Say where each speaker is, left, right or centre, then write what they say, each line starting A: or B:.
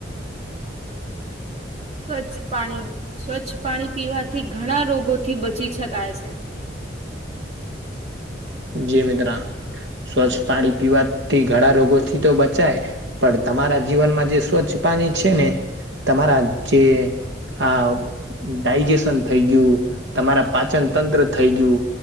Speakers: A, on the right; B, on the right.
A: સ્વચ્છ પાણી સ્વચ્છ પાણી પીવાથી ઘણા રોગોથી બચી શકાય છે
B: જી મિત્ર સ્વચ્છ પાણી પીવાથી ઘણા રોગોથી તો બચાય પણ તમારા જીવનમાં જે સ્વચ્છ પાણી છે ને તમારા જે હા ડાયજેશન થઈ ગયું, તમારા પાચન તંત્ર થઈ ગયું,